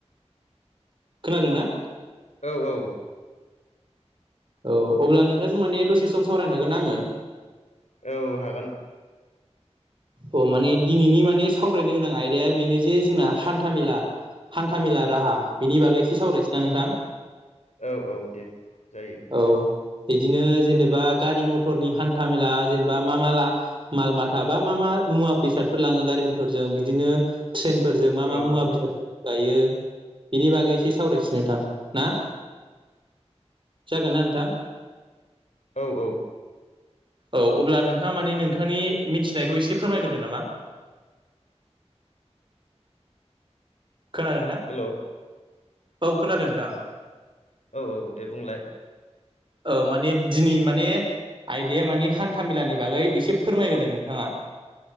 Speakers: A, on the right; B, on the left.
A: खोनादों ना?
B: औ औ।
A: औ अब्ला नोंथांजों माने दसे सम सावरायनो हागोनना आङो?
B: औ हागोन।
A: अ माने दिनैनि माने सावरायनो गोनां आयदाया बेनो जे जोंना हान्था मेला हान्था मेला राहा बिनि बागै एसे सावरायसैना नोंथां?
B: औ औ दे जायो।
A: औ बिदिनो जेनेबा गारि मटरनि हान्था मेला जेनेबा मा माला माल मा थाबा मा मा मुवा बेसादफोर लाङो गारि मटरजों बिदिनो ट्रेनफोरजों मा मा
B: औ
A: मुवा बेसाद गायो बिनि बागै एसे सावरायसै नोंथां। ना? जागोनना नोंथां?
B: औ औ।
A: औ अब्ला नोंथाङा माने नोंथांनि मिथिनायखौ एसे फोरमायगोरदो नामा। खोनादों ना?
B: हेल'
A: औ खोनादों नोंथां।
B: औ औ दे बुंलाय
A: औ माने दिनै माने आयदाया माने हान्था मेलानि बागै एसे फोरमायग्रोदो नोंथाङा।